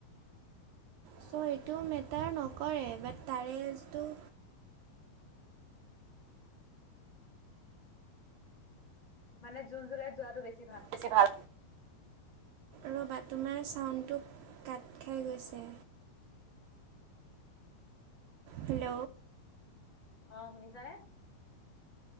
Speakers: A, on the left; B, on the right.
A: অ
B: ছ' এইটো মেটাৰ নকৰে বাট তাৰে যিটো-
A: মানে জুন জুলাইত যোৱাটো বেছি
B: বেছি ভাল। ৰবা তোমাৰ চাউণ্ডটো কাট খাই গৈছে।
A: <inaudible>
B: হেল্ল।
A: অঁ হুনুকাই।